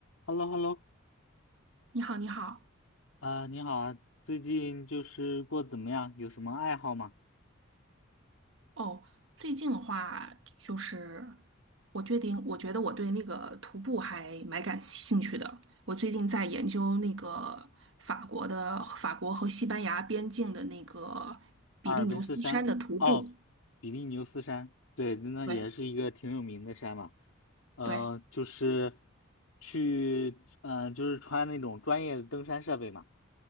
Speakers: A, on the left; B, on the right.
A: h e l l o h e l l o
B: 你好，你好。
A: 呃，你好啊，最近就是过得怎么样？有什么爱好吗？
B: 哦，最近的话，就是我决定，我觉得我对那个徒步还蛮感兴趣的。我最近在研究那个法国的法国和西班牙边境的那个比利牛斯山的徒步。
A: 阿尔卑斯山，哦，比利牛斯山，对，那也是一个挺有名的山嘛。
B: 对
A: 呃，
B: 对。
A: 就是去，呃，就是穿那种专业的登山设备嘛。